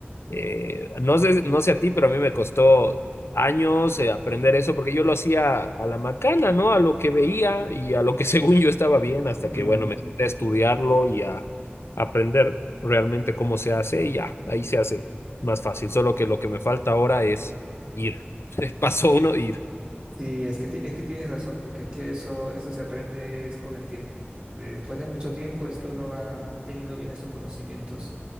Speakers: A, on the left (about 80°); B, on the right (about 25°).
A: eh, no sé, no sé a ti, pero a mí me costó años eh, aprender eso porque yo lo hacía a la macana, ¿no? A lo que veía y a lo que <laughs> según yo estaba bien, hasta
B: Mm,
A: que, bueno, me senté a estudiarlo y a aprender realmente cómo se hace y ya, ahí se hace más fácil. Solo que lo que me falta ahora es ir. <laughs> Pasó uno, ir.
B: sí, es que, ti- es que tienes razón, porque es que eso, eso se aprende es con el tiempo. Después de mucho tiempo es que uno va teniendo bien esos conocimientos.